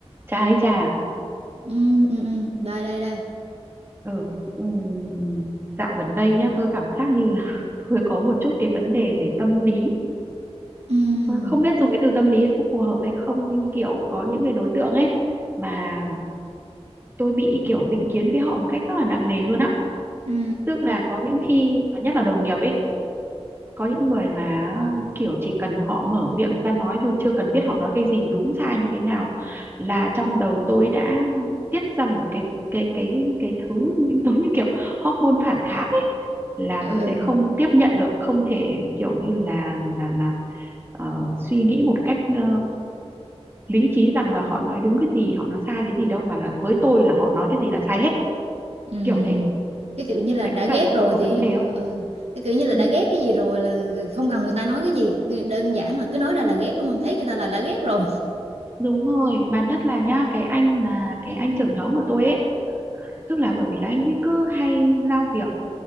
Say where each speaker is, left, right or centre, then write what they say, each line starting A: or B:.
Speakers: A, on the right; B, on the right.
A: Trà ấy trà.
B: ừ ừ ừ. đây đây đây
A: Ừ, ừm, dạo gần đây nhá, tôi cảm giác như là <laughs> tôi có một chút cái vấn đề về tâm lý.
B: ừ
A: Mà Không biết dùng cái từ tâm lý nó có phù hợp hay không nhưng kiểu có những cái đối tượng ấy mà tôi bị kiểu định kiến với họ một cách rất là nặng nề luôn á.
B: ừ
A: Tức là có những khi mà nhất là đồng nghiệp ấy có những người mà kiểu chỉ cần họ mở miệng ra nói thôi chưa cần biết họ nói cái gì đúng sai như thế nào là trong đầu tôi đã tiết ra một cái cái cái cái thứ như- <laughs> giống như kiểu hormone phản kháng ấy là
B: ừ
A: tôi sẽ không tiếp nhận được không thể kiểu như là là là ờ, suy nghĩ một cách ờ, lý trí rằng là họ nói đúng cái gì họ nói sai cái gì đâu mà là với tôi là họ nói cái gì là sai hết
B: ừ
A: kiểu thế
B: cái kiểu như là
A: vậy
B: đã
A: có
B: ghét
A: phải là
B: rồi
A: tôi có
B: thì
A: vấn đề không
B: ừ. cái kiểu như là
A: Ừ.
B: đã ghét cái gì rồi là không cần người ta nói cái gì đơn giản là cứ nói ra là ghét đúng không thấy người ta là đã ghét rồi
A: Đúng rồi, mà nhất là nhá, cái anh mà cái anh trưởng nhóm của tôi ấy, tức là bởi vì là anh ấy cứ hay giao việc,